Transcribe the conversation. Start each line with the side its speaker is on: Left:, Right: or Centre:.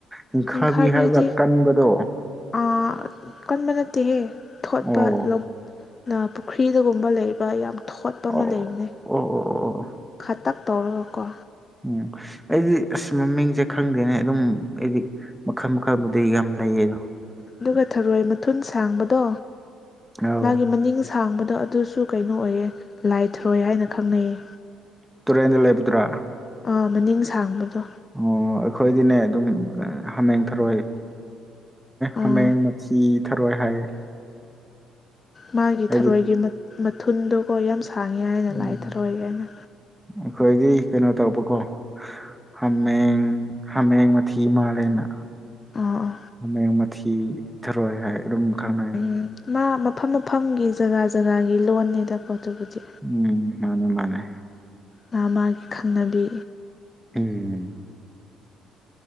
Centre: ꯅꯤꯡꯈꯥꯕꯤ
Left: ꯅꯤꯡꯈꯥꯕꯤꯗꯤ
Centre: ꯍꯥꯏꯕ꯭ꯔꯥ ꯀꯟꯕꯗꯣ
Left: ꯑꯥ ꯀꯟꯕ ꯅꯠꯇꯦꯍꯦ ꯊꯣꯠꯄ
Centre: ꯑꯣ
Left: ꯅꯥ ꯄꯨꯈ꯭ꯔꯤꯗꯒꯨꯝꯕ ꯂꯩꯕ ꯌꯥꯝ ꯊꯣꯠꯄ ꯑꯃ
Centre: ꯑꯣ
Left: ꯂꯩꯕꯅꯦ
Centre: ꯑꯣ ꯑꯣ ꯑꯣ ꯑꯣ
Left: ꯈꯇꯛ ꯇꯧꯔꯒꯀꯣ
Centre: ꯎꯝ ꯑꯩꯗꯤ ꯑꯁ ꯃꯃꯤꯡꯁꯦ ꯈꯪꯗꯦꯅꯦ ꯑꯗꯨꯝ ꯑꯩꯗꯤ ꯃꯈꯜ ꯃꯈꯥꯕꯨꯗꯤ ꯌꯥꯝ ꯂꯩꯌꯦꯗꯣ
Left: ꯑꯗꯨꯒ ꯊꯔꯣꯏ ꯃꯊꯨꯟ ꯁꯥꯡꯕꯗꯣ
Centre: ꯑꯧ
Left: ꯃꯥꯒꯤ ꯃꯅꯤꯡ ꯁꯥꯡꯕꯗꯣ ꯑꯗꯨꯁꯨ ꯀꯩꯅꯣ ꯑꯣꯏꯌꯦ ꯂꯥꯏ ꯊꯔꯣꯏ ꯍꯥꯏꯅ ꯈꯪꯅꯩꯌꯦ
Centre: ꯇꯨꯔꯦꯟꯗ ꯂꯩꯕꯗꯨꯔꯥ
Left: ꯑꯥ ꯃꯅꯤꯡ ꯁꯥꯡꯕꯗꯣ
Centre: ꯑꯣ ꯑꯩꯈꯣꯏꯗꯤꯅꯦ ꯑꯗꯨꯝ ꯍꯥꯃꯦꯡ ꯊꯔꯣꯏ
Left: ꯑꯥ
Centre: ꯍꯥꯃꯦꯡ ꯃꯊꯤ ꯊꯔꯣꯏ ꯍꯥꯏ
Left: ꯃꯥꯒꯤ
Centre: ꯍꯥꯏꯗꯤ
Left: ꯊꯔꯣꯏꯒꯤ ꯃꯊꯨꯟꯗꯣꯀꯣ ꯌꯥꯝ ꯁꯥꯡꯉꯦ ꯍꯥꯏꯅ
Centre: ꯎꯝ
Left: ꯂꯥꯏ ꯊꯔꯣꯏꯅ
Centre: ꯑꯩꯈꯣꯏꯗꯤ ꯀꯩꯅꯣ ꯇꯧꯕꯀꯣ ꯍꯃꯦꯡ ꯍꯃꯦꯡ ꯃꯊꯤ ꯃꯂꯦꯅ
Left: ꯑꯥ
Centre: ꯍꯃꯦꯡ ꯃꯊꯤ ꯊꯥꯔꯣꯏ ꯍꯥꯏ ꯑꯗꯨꯝ ꯈꯪꯅꯩ
Left: ꯎꯝ ꯃꯥ ꯃꯐꯝ ꯃꯐꯝꯒꯤ ꯖꯒꯥ ꯖꯒꯥꯒꯤ ꯂꯣꯟꯅꯤꯗꯀꯣ ꯑꯗꯨꯕꯨꯗꯤ
Centre: ꯎꯝ ꯃꯥꯅꯦ ꯃꯥꯅꯦ
Left: ꯃꯥ ꯃꯥꯒꯤ ꯈꯟꯅꯕꯤ
Centre: ꯎꯝ